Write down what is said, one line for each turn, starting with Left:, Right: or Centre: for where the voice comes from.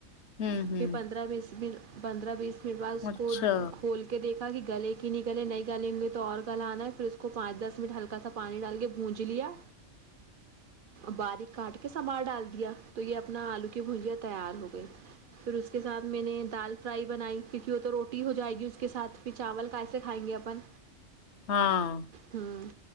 Left: ہوں ہوں
Right: پھر پندربیس پندرہ بیس منٹ بعد اس
Left: اچھا
Right: کو کھول کے دیکھا کہ گلے کی نہیں گلے نہیں گلیں گے تو اور گلا نا پھر اس کو پانچ دس منٹ ہلکا سا پانی ڈال کے بھونج لیا باریک کاٹ کے سنوار ڈال دیا تو یہ اپنا آلو کی بھجیاں تیار ہو گئی پھر اس کے ساتھ میں نے دال فرائی بنائی کیونکہ وہ تو روٹی ہو جائے گی اس کے ساتھ پھر چاول کیسے کھائیں گے اپن
Left: ہاں
Right: ہ